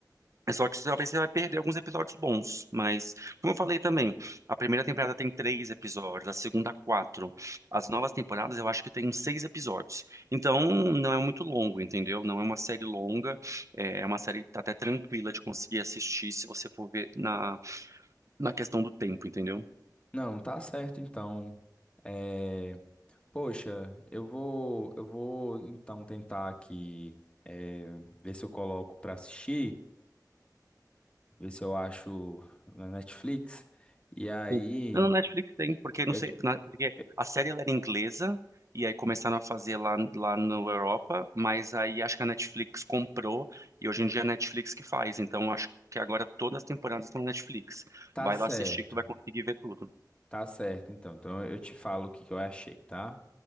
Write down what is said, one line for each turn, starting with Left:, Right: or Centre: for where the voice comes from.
Right: é só que talvez você vai perder alguns episódios bons. Mas, como eu falei também, a primeira temporada tem três episódios, a segunda, quatro. As novas temporadas eu acho que tem seis episódios. Então, não é muito longo, entendeu? Não é uma série longa, eh, é uma série tá até tranquila de conseguir assistir se você for ver na na questão do tempo, entendeu?
Left: Não, tá certo então. É, poxa, eu vou, eu vou então tentar aqui, é, ver se eu coloco para assistir, ver se eu acho na Netflix. E aí,
Right: Sim. Não, no Netflix tem, porque não
Left: eu
Right: sei,
Left: te-
Right: na- porque
Left: eu-
Right: a série ela era inglesa e aí começaram a fazer lá lá na Europa, mas aí acho que a Netflix comprou e hoje em dia é a Netflix que faz, então acho que agora todas as temporadas estão na Netflix.
Left: Tá
Right: Vai
Left: certo.
Right: lá assistir que tu vai conseguir ver tudo.
Left: Tá certo, então. Então eu te falo o que que eu achei, tá?